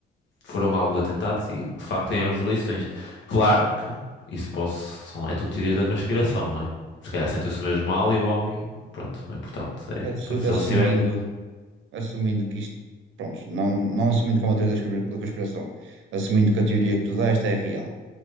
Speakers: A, on the left (about 65°); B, on the right (about 75°).
A: foram alvo de atentados e de facto ganharam as eleições. Claro que isso posso, são, é tudo teoria da conspiração, não é? Se calhar sentiu-se mesmo mal e o homem, pronto, o importante é
B: Assu-
A: que se
B: Assumindo,
A: ele estiver bem,
B: assumindo que isto, pronto, não, não assumindo como a teoria da conspira- da conspiração, assumindo que a teoria que tu deste é real